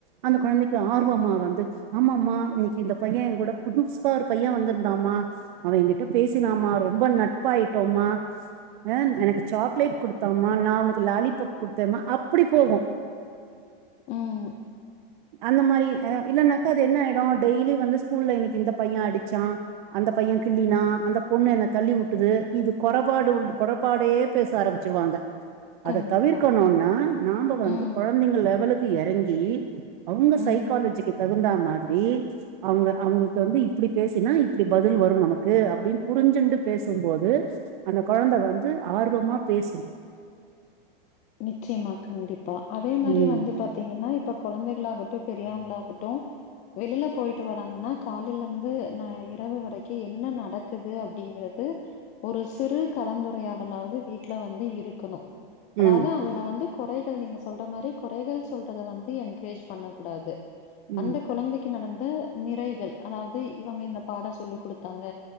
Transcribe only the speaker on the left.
ம்.
கண்டிப்பா.
ம்,
ம்.
நிச்சயமா கண்டிப்பா அதே மாரி
வந்து பாத் த்தீங்கன்னா இப்ப கொழந்தைகளாகட்டு பெரியவங்களாகட்டு வெளியில போயிட்டு வராங்கன்னா காலையிலந்து ந இரவு வரக்கி என்ன நடக்குது அப்பிடிங்கறது ஒரு சிறு கலந்துரையாடலாவது வீட்ல வந்து இருக்கணு
அதாவது அதுல வந்து குறைகள் நீங்க சொல்ற மாரி குறைகள் சொல்றத வந்து என்கரேஜ் பண்ண கூடாது
அந்தக் கொழந்தைக்கு நடந்த நிறைகள் அதாவது இவுங்க இந்த பாடம் சொல்லிக் குடுத்தாங்க